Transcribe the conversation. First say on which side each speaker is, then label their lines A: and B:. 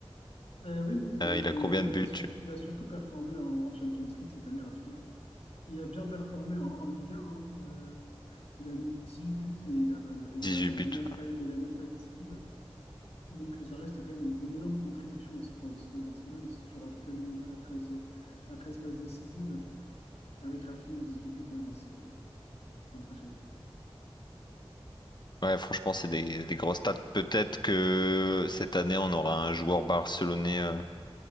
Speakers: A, on the left; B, on the left.
A: Euh, oui, mais il
B: Euh,
A: a fait,
B: il a combien
A: il a,
B: de buts?
A: il a, sur- il a surtout performé en, en Champions League cette année, Rafinha. Il a bien performé en, en Ligue 1. hein. Euh, il a mis 18 buts et il a, et il
B: 18
A: a 9
B: buts. Ouais,
A: passes, il a 9 passes décisives. Donc ça reste quand même une, une énorme contribution aussi pour le titre de Barcelone. Si tu rajoutes la minimale à 13 euh, à 13 passes décisives, avec Rafinha à huit buts, ouais, non, c'est c'est impressionnant.
B: Ouais, franchement, c'est des, des grosses stats. Peut-être que cette année, on aura un joueur barcelonais euh,